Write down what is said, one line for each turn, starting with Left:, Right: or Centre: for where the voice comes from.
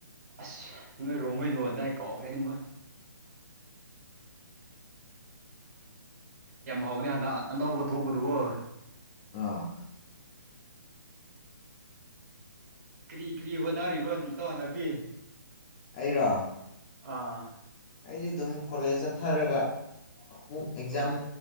Right: ꯑꯁ ꯅꯣꯏ ꯔꯣꯡꯉꯩ ꯂꯨꯟꯗꯥ ꯑꯩ ꯀꯥꯎꯈ꯭ꯔꯦ ꯑꯗꯨꯝꯒ <inaudible> ꯌꯥꯝ ꯍꯥꯎꯅꯤ ꯍꯥꯟꯅ ꯑꯅꯕ ꯊꯣꯛꯄꯗꯨꯀꯣ
Left: ꯑꯥ
Right: ꯀ꯭ꯔꯤ ꯀ꯭ꯔꯤ ꯍꯣꯅꯔꯤꯕ꯭ꯔꯣ ꯏꯇꯧ ꯍꯟꯗꯛꯇꯤ
Left: ꯑꯩꯔꯣ
Right: ꯑꯥ
Left: ꯑꯩꯗꯤ ꯑꯗꯨꯝ ꯀꯣꯂꯦꯖ ꯆꯠꯊꯔꯒ ꯑꯃꯨꯛ ꯑꯦꯛꯖꯥꯝ
Right: ꯑꯣ